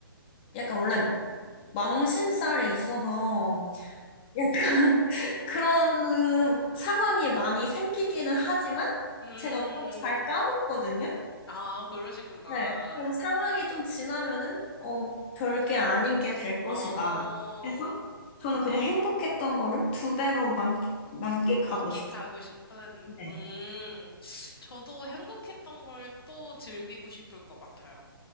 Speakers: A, on the left; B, on the left.
A: 약간 원래 망신살이 있어서, 약간 <laughs> 그런 상황이 많이 생기기는 하지만
B: 음,
A: 제가 또 잘 까먹거든요.
B: 아, 그러시구나.
A: 네. 그럼 상황이 좀 지나면은 어, 별게 아닌 게 될 것이다.
B: 어,
A: 그래서 저는 그냥 행복했던 거를 두 배로 만, 만끽하고
B: 만끽하고 싶은,
A: 싶은데.
B: 음, 저도 행복했던 걸 또 즐기고 싶을 것 같아요.